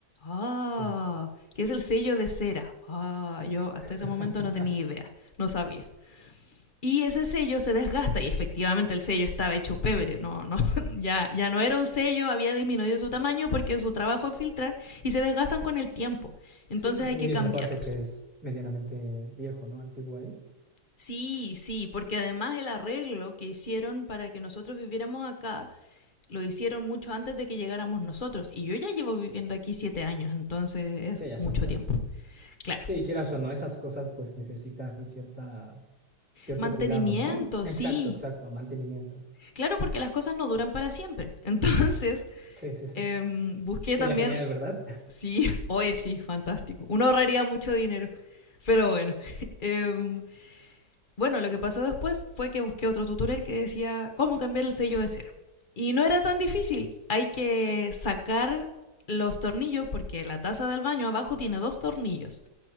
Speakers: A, on the left; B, in the centre.
A: Ah,
B: sí.
A: que es el sello de cera. Ah, yo hasta
B: <laughs>
A: ese momento no tenía idea, no sabía. Y ese sello se desgasta y efectivamente el sello estaba hecho pebre, no, no, <laughs> ya, ya no era un sello, había disminuido su tamaño porque su trabajo es filtrar y se desgastan con el tiempo. Entonces
B: Sí, sí, sí.
A: hay que
B: Y dices
A: cambiarlos.
B: aparte que es medianamente viejo, ¿no? Antiguo ahí.
A: Sí, sí, porque además el arreglo que hicieron para que nosotros viviéramos acá lo hicieron mucho antes de que llegáramos nosotros. Y yo ya llevo viviendo aquí siete años, entonces es
B: Sí, ya hace
A: mucho
B: un rato.
A: tiempo. Claro.
B: Sí, quieras o no, esas cosas pues necesitan cierta cierto
A: Mantenimiento,
B: cuidado, ¿no? Exacto,
A: sí.
B: exacto, mantenimiento.
A: Claro, porque las cosas no duran para siempre. <laughs> Entonces,
B: Sí, sí, sí.
A: em, busqué
B: Sería
A: también,
B: genial, ¿verdad?
A: sí, <laughs> oye, sí, fantástico. Uno ahorraría mucho dinero. Pero bueno, <laughs> em, Bueno, lo que pasó después fue que busqué otro tutorial que decía cómo cambiar el sello de cera. Y no era tan difícil. Hay que sacar los tornillos porque la taza del baño abajo tiene dos tornillos.